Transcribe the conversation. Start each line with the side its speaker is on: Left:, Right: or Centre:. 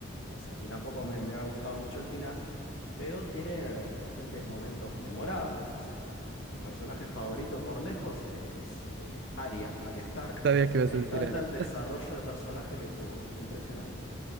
Left: no sé, a mí tampoco me me ha gustado mucho el final pero tiene eh, bastantes momentos memorables. O sea, mi personaje favorito por lejos es eh, Arya, Arya Stark.
Right: Sabía que ibas
Left: Me
Right: a
Left: encanta
Right: decir Ariel.
Left: el desarrollo de personaje que tuvo, impresionante.